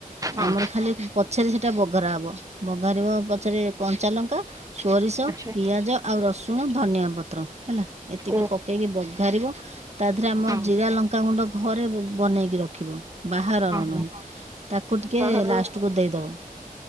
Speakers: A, on the right (about 25°); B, on the right (about 45°).
A: ହଁ
B: ଆମର ଖାଲି ପଛେରେ ସେଟା ବଘରା ହବ ବଘାରିବ ପଛରେ କଞ୍ଚା ଲଙ୍କା ସୋରିଷ,
A: ଆଚ୍ଛା
B: ପିଆଜ, ଆଉ ରସୁଣ, ଧନିଆ ପତ୍ର ହେଲା ଏତିକି
A: ଓ
B: ପ ପକେଇକି ବଘାରିବ। ତା ଦେହରେ ଆମର
A: ହଁ
B: ଜିରା, ଲଙ୍କାଗୁଣ୍ଡ ଘରେ ବନେଇକି ରଖିବ। ବାହାରର
A: ହଁ ହଁ।
B: ନୁହେଁ, ତାକୁ ଟିକେ
A: ବାହାରର
B: ଲାଷ୍ଟ କୁ ଦେଇଦେବେ।